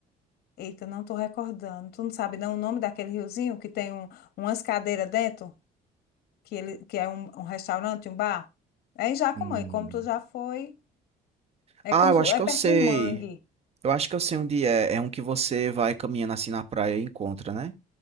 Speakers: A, on the left; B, on the right.
A: Eita, não tô recordando. Tu não sabe não o nome daquele riozinho que tem um, umas cadeiras dentro, que ele que é um, um restaurante, um bar? É em Jacumã,
B: Hum.
A: e como tu já foi,
B: Ah,
A: é como
B: eu
A: se-
B: acho que
A: é
B: eu
A: perto
B: sei.
A: do mangue.
B: Eu acho que eu sei onde é. É um que você vai caminhando assim na praia e encontra, né?